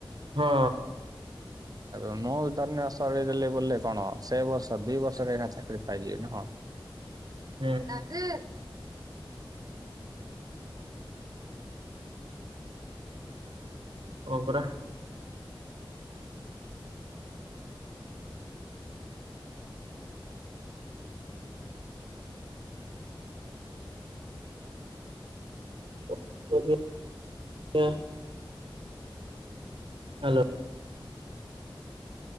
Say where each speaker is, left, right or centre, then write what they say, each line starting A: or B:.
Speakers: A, on the right (about 70°); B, on the right (about 45°).
A: ହଁ।
B: ଆ ମୁଁ ଧନ୍ୟ ସରଇଗଲି ବୋଲେ କଣ ସେ ବର୍ଷ ଦି ବର୍ଷରେ ରେ ଆଗ ଚାକିରି ପାଇଯିବି ନା କଣ।
A: ହୁଁ
B: <inaudible>
A: ହ ପରା। ଓଆ <inaudible> ହାଲୋ।